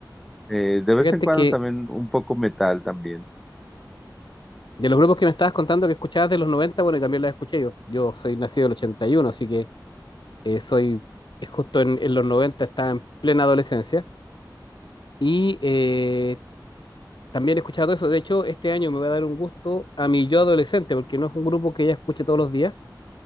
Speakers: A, in the centre; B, on the left.
A: Eh, de vez
B: Fíjate
A: en cuando
B: que
A: también un poco metal también,
B: de los grupos que me estabas contando que escuchabas de los noventa bueno, y también las escuché yo. Yo soy nacido del ochenta y uno así que eh, soy, es justo en, en los 90 estaba en plena adolescencia. Y eh, También he escuchado eso. De hecho, este año me voy a dar un gusto a mi yo adolescente, porque no es un grupo que ya escuche todos los días,